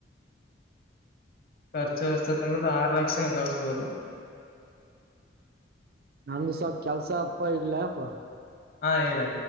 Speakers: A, on the right; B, on the left.
A: ಹ <inaudible>
B: ಖರ್ಚು ವೆಚ್ಚ ತೆಗೆದು ಆರು ಲಕ್ಷ ಗಳಿಸಬಹುದು.
A: ನಂದು ಸ್ವಲ್ಪ ಕೆಲ್ಸಾದ ಅಪ್ಪ ಇಡ್ಲ ಅಪ್ಪ.
B: ಹಾ, ಇಡ್